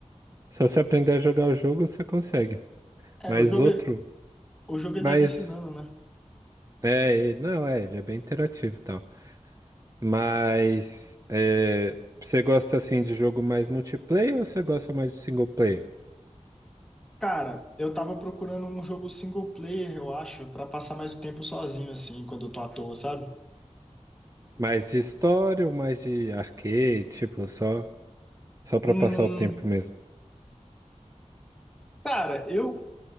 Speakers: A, on the right (about 25°); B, in the centre.
A: Só se aprender a jogar o jogo, você consegue. Mas
B: É, o jogo,
A: outro,
B: ele- o jogo ele
A: mas
B: deve ensinando, né?
A: É, e- não, é, ele é bem interativo e tal. Mas é, você gosta assim de jogo mais multiplayer ou você gosta mais de single player?
B: Cara, eu tava procurando um jogo single player, eu acho, pra passar mais o tempo sozinho, assim, quando eu tô à toa, sabe?
A: Mais de história ou mais de arcade, tipo, só só para
B: Hum,
A: passar o tempo mesmo?
B: Cara, eu,